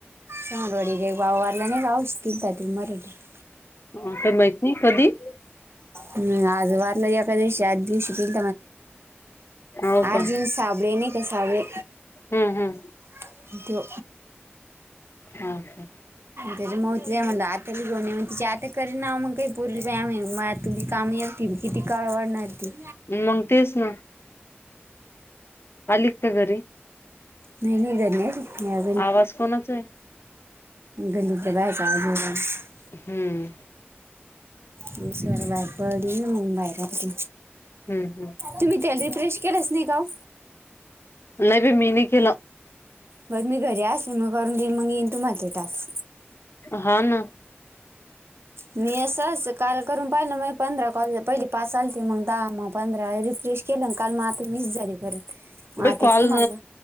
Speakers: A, on the right; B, on the left.
A: सवरवाडी लय भाव वाढला ना, <unintelligible>
B: काय माहित नाय, कधी?
A: हम्, आज वाारला, एका दिवशी, आज दिवशी
B: हो
A: <unintelligible> आठ
B: का
A: दिवस साबळे, नाय का साबळे
B: हम्म, हं
A: मम्मे, त्यो
B: हा, का?
A: त्याच्यामुळं तिया म्हणल आत्या भी <unintelligible> तीची आत्या करी नाव मग काय पोरगी <unintelligible> तुम्ही कामे एकटी मी, किती कळवडणार ती
B: मंग, तेच ना आलीत का घरी?
A: नाही - नाही घरी नाही <unintelligible>
B: आवाज कोणाचा आहे
A: गल्लीतल्या बाया <unintelligible>
B: हम्म
A: दुसर वायफळ दिली ना, मग बाहेर असते
B: हम्म हम्
A: तुम्ही ते आधी रिफ्रेश केलंच नाही का ओ?
B: लय बाय मी नाही केलं
A: बर मी घरी असली मग करून देईन, मग येईन तूम्हा ते टास्क
B: हा, ना
A: मी असं - असं काल करून पाहिलं, माय पंधरा कॉल, पहिले पास आलीती, मग दहा, मग पंधरा रिफ्रेश केलं काल, म आता वीस झाली परत मग
B: बाई
A: आता
B: कॉल
A: एक तुम्हाला